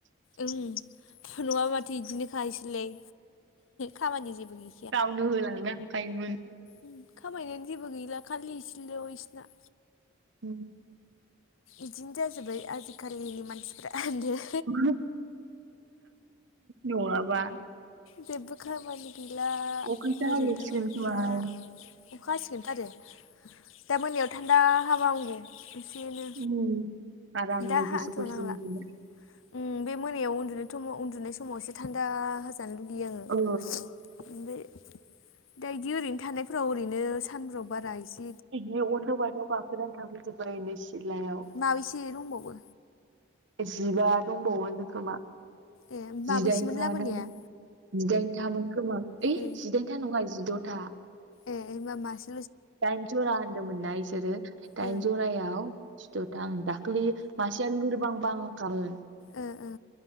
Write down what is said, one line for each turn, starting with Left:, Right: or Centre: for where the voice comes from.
Left: ओं नङाबा माथो बिदिनोखा इसोरलाय खामानि जेबो गै
Right: गावनो होलांनो हाखायोमोन।
Left: उम खामायनियानो जेबो गैला खालि इसेल' इसिना।
Right: उम
Left: इदिनो जाजोब्बाय आजिखालिनि मानसिफ्रा होनदो।
Right: उम नंङाबा।
Left: जेब्बो खामानि गैला
Right: अखासो
Left: ओरैनो
Right: हाबावसिगोन
Left: थाबायथा।
Right: खोमाहाय
Left: अखा हासिगोनथ'आरो दा मोनायाव थान्दा हाबा हामगौ एसेनो।
Right: उम आरामनो
Left: दा हाथ'नांला
Right: गुसु गुसु उन्दुनो।
Left: उम बे मोनायाव उन्दुनाय थमाव उन्दुनाय समाव एसे थान्दा हाजानो लुगैयो आङो।
Right: ओ
Left: ओमफाय दा इदि ओरैनो थानायफोराव ओरैनो सानफ्राव बारा इसे
Right: जि अनथाव बाथाव गाखोनानै थाफैजोब्बाय एनै सिलायाव।
Left: माबैसे दंबावो?
Right: जिबा दंबावो होनदों खोमा
Left: ए माबैसेमोन
Right: जिदाइन खामोननानो।
Left: लाबोनाया
Right: जिदाइनथामोन खोमा ओइ
Left: ए
Right: जिदाइनथा नङा जिद'था।
Left: ए होमबा मास
Right: दाइनजरा होन्दोंमोनना इसोरो दाइनजरायाव
Left: ओ
Right: जिद'था ओं दाख्लैयो मासेयानो लोरबां बां खामोन।
Left: ओ ओ।